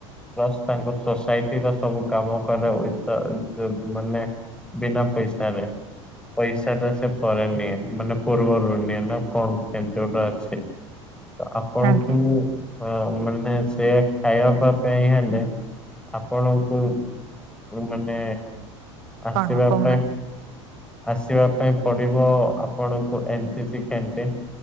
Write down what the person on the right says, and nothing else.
ଆଜ୍ଞା
କଣ କହୁନାହାନ୍ତି